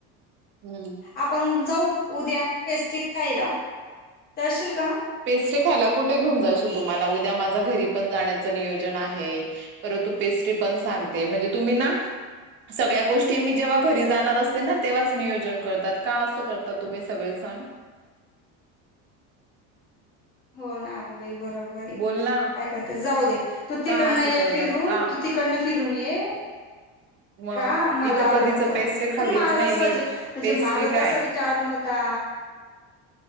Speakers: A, on the right; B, on the left.
A: हम्म
B: आपण हून. जाऊ उद्या पेस्ट्री खायला. स <unintelligible>
A: पेस्ट्री खायला. कुठे घेऊन जायशील तुम्हाला उद्या माझ्या घरी पण जाण्याचं नियोजन आहे परंतु पेस्ट्री पण सांगते म्हणजे तुम्ही ना सगळ्या गोष्टी मी जेव्हा घरी जाणार असते ना तेव्हाच नियोजन करतात का असं करता. तुम्ही सगळेजण
B: हो ना आग बाई बरोबर
A: बोल ना
B: काय करते जाऊ दे तू
A: का
B: तिकडन
A: असं
B: ये
A: करतात
B: फिरून
A: का
B: तू तिकडन फि फिरून ये
A: मग
B: का मला
A: मी तर कधीच
B: आवडत
A: पेस्ट्री खाल्लीच
B: पण माझ
A: नाही
B: सज
A: मी
B: म्हणजे
A: पेस्ट्री
B: माझा
A: काय
B: तसा विचार नव्हता